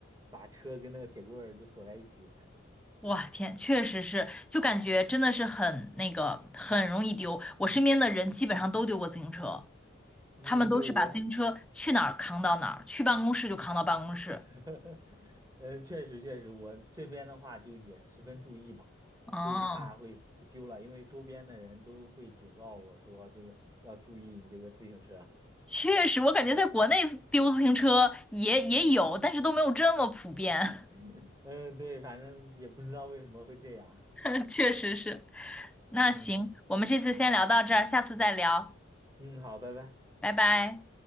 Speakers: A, on the right; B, in the centre.
A: 把车跟那个铁棍儿就锁在一起。
B: 哇天，确实是，就感觉真的是很那个，很容易丢。我身边的人基本上都丢过自行车，
A: 嗯，
B: 他们都是把自行车去哪儿扛到哪儿，
A: 对，我这，
B: 去办公室就扛到办公室。
A: <laughs> 嗯，确实确实，我这边的话就也十分注意吧，
B: 嗯，
A: 就是怕会丢了，因为周边的人都会警告我说，就是要注意你这个自行车。
B: 确实，我感觉在国内丢自行车也也有，但是都没有这么普遍。
A: <laughs> 嗯，对，反正也不知道为什么会这样。
B: <laughs> 确实是。那行，
A: 嗯
B: 我们这次先聊到这儿，
A: 嗯
B: 下次再聊，
A: 嗯，好，拜拜。
B: 拜拜。